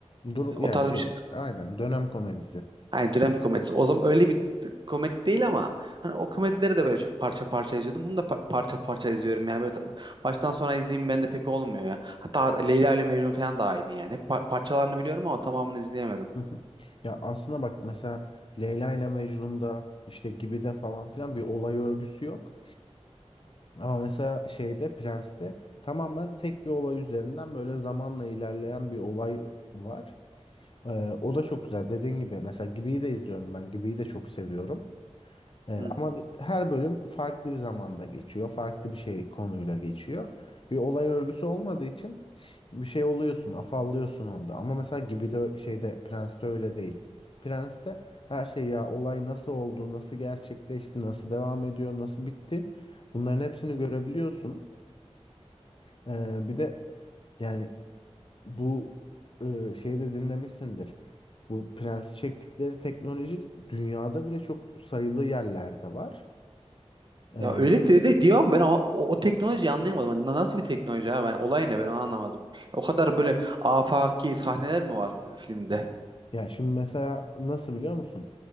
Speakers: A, on the left; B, on the right.
A: Dur
B: O
A: yani
B: tarz
A: şey
B: bir şey
A: aynen dönem komedisi.
B: Hani dönem komedisi. O zaman öyle bir komedi değil ama hani o komedileri de böyle çok parça parça izliyordum. Bunu da pa- parça parça izliyorum. Yani böyle ta- baştan sona izleyeyim bende pek olmuyor ya. Hatta Leyla ile Mecnun falan da aynı yani. Hep par- parçalarını biliyorum ama tamamını izleyemedim.
A: Hı hı. Ya aslında bak mesela Leyla ile Mecnun'da işte gibi de falan filan bir olay örgüsü yok. Ama mesela şeyde Prens'te tamamen tek bir olay üzerinden böyle zamanla ilerleyen bir olay var. Ee, o da çok güzel. Dediğin gibi mesela Gibi'yi de izliyorum ben. Gibi'yi de çok seviyorum. Ee,
B: Hı.
A: ama her bölüm farklı bir zamanda geçiyor. Farklı bir şey konuyla geçiyor. Bir olay örgüsü olmadığı için bir şey oluyorsun, afallıyorsun onda. Ama mesela gibi de şeyde Prens'te öyle değil. Prens'te her şey ya olay nasıl oldu, nasıl gerçekleşti, nasıl devam ediyor, nasıl bitti. Bunların hepsini görebiliyorsun. Ee, bir de yani bu e, şeyi de dinlemişsindir. Bu Prens'i çektikleri teknoloji dünyada bile çok sayılı yerlerde var. Ee,
B: Ya öyle dedi de diyorum ben o, o, o teknolojiyi anlayamadım. Hani Na- Nasıl bir teknoloji abi? Yani olay ne ben onu anlamadım. O kadar böyle afaki sahneler mi var filmde?
A: Ya şimdi mesela nasıl biliyor musun?